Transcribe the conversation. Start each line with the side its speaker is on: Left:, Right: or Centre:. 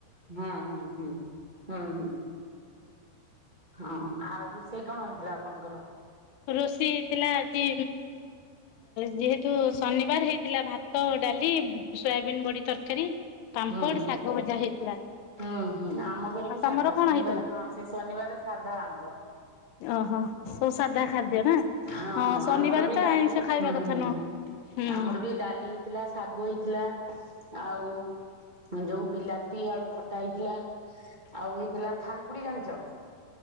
Right: ହଁ ହଁ ହଁ ହଁ ହଁ। ହଁ ଆଉ ରୋଷେଇ କଣ ହେଇଥିଲା ଆପଣଙ୍କର
Left: ରୋଷେଇ ହେଇଥିଲା ଆଜି ଯେହେତୁ ଶନିବାର ହେଇଥିଲା ଭାତ ଡାଲି ସୋୟାବିିନ ବଡି ତରକାରୀ ପାମ୍ପଡ
Right: ହୁଁ
Left: ଶାଗ ଭଜା ହେଇଥିଲା
Right: ହୁଁ ହୁଁ ଆମ ଘରେ
Left: ଆଉ
Right: ବି
Left: ତମର
Right: ସାଧା
Left: କଣ
Right: ଶନିବାର
Left: ହେଇଥିଲା?
Right: ହଁ ସେ ଶନିବାର ସାଧା ଆମର
Left: ଓହୋ ସବୁ ସାଧା ଖାଦ୍ୟ ନା
Right: ହଁ ହଁ
Left: ଶନିବାର
Right: ଆମର ବି
Left: ତ
Right: ଡାଲି
Left: ଆଇଁଷ ଖାଇବା
Right: ହୁଁ
Left: କଥା
Right: ହୁଁ
Left: ନୁହଁ
Right: ଆମର
Left: ହୁଁ
Right: ବି ଡାଲି ହେଇଥିଲା ଶାଗ ହେଇଥିଲା ଆଉ ଯୋଉ ବିଲାତି ଆଳୁ ଖଟା ହେଇଥିଲା ଆଉ ହେଇଥିଲା ଥାଲକୁଡି ଜାଣିଛ